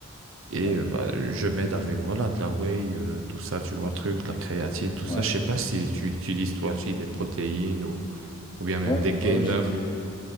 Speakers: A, on the right; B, on the left.
A: Et
B: ouais,
A: euh, bah, je m'aide avec voilà de la whey, euh, tout ça, tu vois le truc, de la créatine, tout
B: ouais.
A: ça. Je sais pas si tu utilises toi aussi des protéines ou ou bien
B: Ouais,
A: même des gainers.
B: ouais, ouais, j'ai